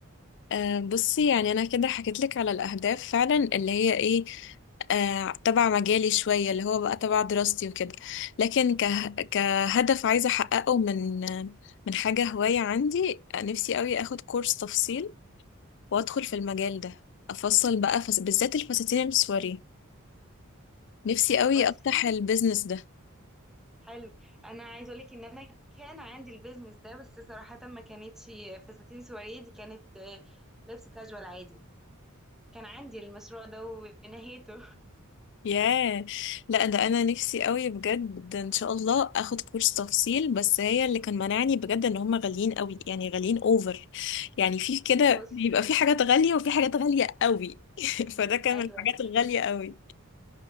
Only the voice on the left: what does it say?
آه، بصي يعني انا كده حكيت لك على الاهداف فعلا اللي هي ايه آه، تبع مجالي شويه اللي هو بقى تبع دراستي وكده لكن كه... كهدف عايزه احققه من من حاجه هوايه عندي نفسي قوي اخد كورس تفصيل وادخل في المجال ده افصل بقى فس... بالذات الفساتين السواري نفسي قوي
افتح البيزنس ده
ياه لا ده انا نفسي قوي بجد ان شاء الله اخد كورس تفصيل بس هي اللي كان مانعني بجد ان هم غاليين قوي يعني غاليين اوفر يعني في كده
بيبقى في حاجات غالية وفي حاجات غالية قوي <laughs> فده كان
من الحاجات الغالية قوي